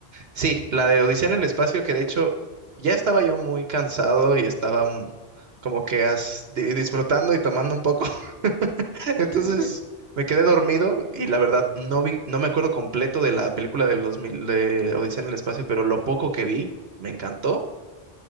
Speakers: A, on the right; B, on the left.
A: Sí, la de Odisea en el espacio, que de hecho ya estaba yo muy cansado y estaba mm, como que as- di- disfrutando y tomando un poco. <laughs>
B: No,
A: Entonces
B: Que, que, que
A: me quedé dormido y la verdad no vi, no me acuerdo completo de la película del 2000 de Odisea en el espacio, pero lo poco que vi me encantó.